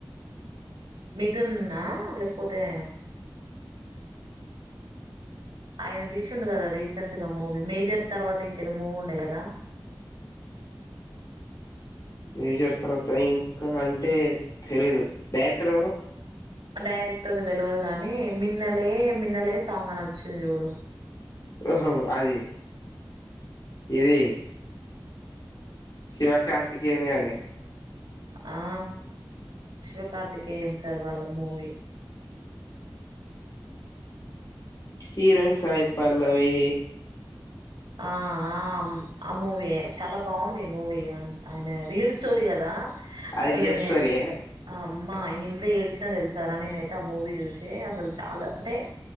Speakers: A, on the right (about 80°); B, on the left (about 50°).
A: మిథున్నా లేపోతే ఐన తీసిండు గదా రీసెంట్ గా మూవీ మేజర్ తర్వాత ఇంకేదో మూవీ ఉండే గదా
B: మేజర్ తర్వాత ఇంకా అంటే తెలిదు డైరెక్టర్ ఎవరు
A: డైరెక్టరు తెల్వదు గాని మిన్నలే మిన్నలే సాంగ్ అని ఒచ్చింది చూడు
B: ఓహో అది ఇది శివ కార్తికేనుగానీ
A: ఆ శివ కార్తికేయన్ సర్ వాళ్ళ మూవీ
B: హీరోయిన్ సాయ్పల్లవీ
A: ఆ అమ్ ఆ మూవీ చాలా బాగుంది మూవీ అన్ ఐన రియల్ స్టోరీ గదా
B: అది
A: అసలెనే
B: రియల్ స్టోరీ
A: ఆమ్ అమ్మా ఎంత ఏడ్చినా తెలుసారా నేనైతే ఆ మూవీ చూసి అసలు చాలా అంటే